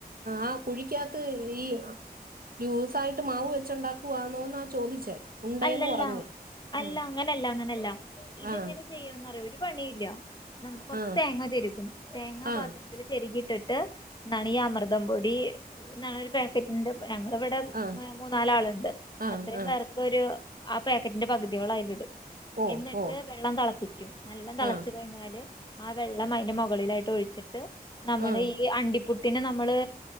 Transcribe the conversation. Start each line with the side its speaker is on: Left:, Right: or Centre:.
Right: ആ കുഴിക്കാത്ത് ഈ ലൂസായിട്ട് മാവ് ഒഴിച്ചുണ്ടാക്കുവാന്നോന്നാ ചോദിച്ചേ ഉണ്ടേന്ന്
Left: അല്ലല്ല
Right: പറഞ്ഞ്
Left: അല്ല
Right: ഉം
Left: അങ്ങനല്ല അങ്ങനല്ല ഇത്ങ്ങനെ
Right: ആഹ്
Left: ചെയ്യണന്നറിയോ ഒരു പണിയില്ല നമക് കുറച്ച്
Right: ആഹ്
Left: തേങ്ങ ചെരുകും തേങ്ങാ
Right: ആഹ്
Left: പാ ചെരികി ഇട്ടിട്ട് ന്നണി ഈ അമൃതം പൊടി എന്ന ഒരു പാക്കറ്റിന്റെ ഞങ്ങൾ ഇവിടെ ന്ന്
Right: ആഹ്
Left: മൂന്നാലാളുണ്ട്
Right: ആഹ്
Left: അത്രയും
Right: ആഹ്
Left: പേർക്ക് ഒരു ആ പാക്കറ്റിന്റെ പകുതിയോളം അയിലിടും
Right: ഓ
Left: എന്നിട്ട്
Right: ഓ
Left: വെള്ളം തളപ്പിക്കും നല്ലം തളച്ചു
Right: ആഹ്
Left: കഴിഞ്ഞാല് ആ വെള്ളം അതിന്റെ മുകളിലായിട്ട് ഒഴിച്ചിട്ട് നമ്മള്
Right: ആഹ്
Left: ഈ അണ്ടിപ്പുട്ടിന് നമ്മള്